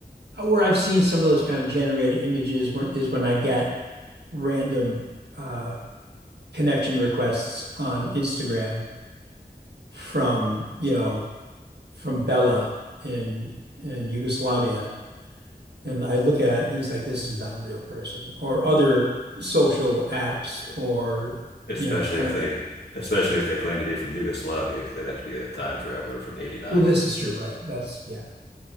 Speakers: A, on the right; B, on the left.
A: where I've seen some of those kind of generated images when, is when I get random uh connection requests on Instagram from, you know, from Bella in in Yugoslavia. And I look at it and it's like this is not a real person or other social apps or
B: Especially
A: you know kind
B: if
A: of
B: they, especially if they claim to be from Yugoslavia, because they'd have to be a time traveler from '89.
A: Well, this is true, right? That's yeah.